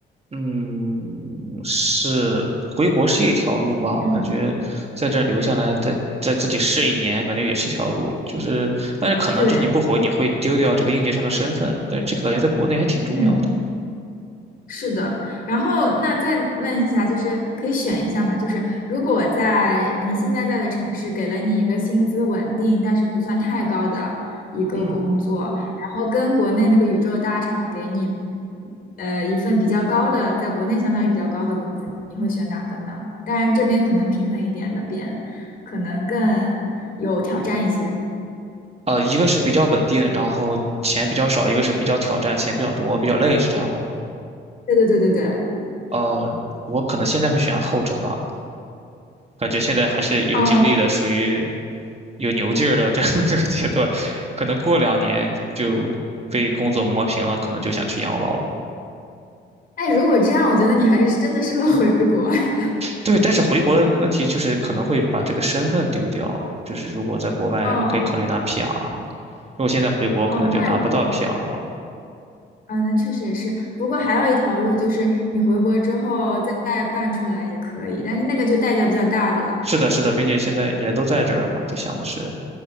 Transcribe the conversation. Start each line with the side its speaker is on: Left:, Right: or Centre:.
Right: 嗯，是回国是一条路吧？
Left: 嗯，
Right: 感觉在这儿留下来，再再自己试一年，感觉也是条路。就是，但是可能就是你不回，
Left: 对，
Right: 你会丢掉这个应届生的身份。但是这个感觉在国内还挺重要的。
Left: 嗯。是的，然后那再问一下，就是可以选一下吗？就是如果在你现在在的城市给了你一个薪资稳定，但是不算太高的一个工作，
Right: 嗯
Left: 然后跟国内那个宇宙大厂给你，呃，一份比较高的，在国内相当于比较高的工资，你会选哪个呢？当然这边可能平衡一点，那边可能更有挑战一些。
Right: 呃，一个是比较稳定，然后钱比较少；一个是比较挑战，钱比较多，比较累，是这样吗？
Left: 对对对对对对，
Right: 呃，我可能现在会选后者吧，感觉现在还是有精力的，
Left: 哦，
Right: 属于有牛劲儿的这样 <laughs> 这个阶段，可能过两年就被工作磨平了，可能就想去养老了。
Left: 哎，如果这样，我觉得你还是真的适合回国。<laughs>
Right: 对，但是回国的问题就是可能会把这个身份丢掉，就是如果在国外还可以考虑拿
Left: 哦。
Right: PR，如果现在回国可能就拿不到
Left: 哦，那
Right: PR 了。
Left: 啊，那确实也是。不过还有一条路，就是你回国之后再办出来也可以，但是那个就代价比较大了啦。
Right: 是的，是的，并且现在人都在这儿了嘛，就想的是，